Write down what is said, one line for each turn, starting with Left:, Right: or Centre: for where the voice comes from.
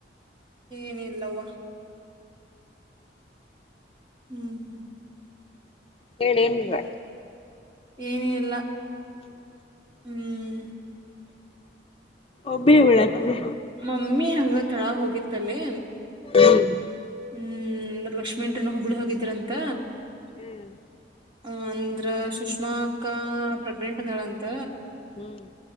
Right: ಏನ ಇಲ್ಲವ ಹ್ಮ್
Left: ಹೇಳಿ ಏನ್ರಾ
Right: ಏನ ಇಲ್ಲ ಹ್ಮ್
Left: ಒಬೇ ಉಳತಿದೆ
Right: ಮಮ್ಮಿ ಹಂಗ ತಳಗ ಹೋಗಿತ್ತಲಿ
Left: ಹ್ಮ್
Right: ಹ್ಮ್ ಲಕ್ಷ್ಮೀ ಆಂಟಿ ಹುಬ್ಬಳಿ ಹೋಗಿದ್ರಂತ
Left: ಹ್ಮ್
Right: ಆ ಅಂದ್ರ ಸುಷ್ಮಾ ಅಕ್ಕ ಪ್ರೆಗ್ನೆಂಟ್ ಅಂದಾಳ ಅಂತ
Left: ಹ್ಮ್